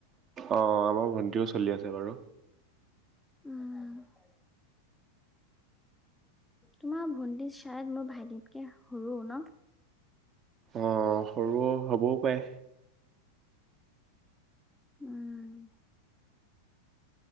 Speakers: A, on the right (about 30°); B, in the centre.
A: অ' আমাৰ ভণ্টিও চলি আছে বাৰু
B: <inaudible> তোমাৰ ভন্টি ছাইত মই ভাইটিতকে সৰুো ন,
A: অহ সৰু হ'বও পাৰে।
B: <unintelligible> উম'